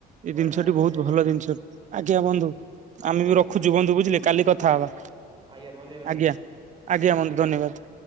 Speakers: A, on the right; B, on the right.
A: ଏଇ
B: ଘରେ
A: ଜିନିଷଟି
B: ଡାକୁଚନ୍ତି
A: ବହୁତ
B: ଆଜ୍ଞା।
A: ଭଲ ଜିନିଷ ଆଜ୍ଞା ବନ୍ଧୁ ଆମେ
B: ଆପଣ
A: ବି ରଖୁଚୁ
B: ଉପଦେଶ
A: ବନ୍ଧୁ ବୁଝିଲେ କାଲି କଥା ହବା
B: ଆଜ୍ଞା ଧନ୍ୟବାଦ
A: ଆଜ୍ଞା।
B: ବନ୍ଧୁ।
A: ଆଜ୍ଞା ବନ୍ଧୁ ଧନ୍ୟବାଦ।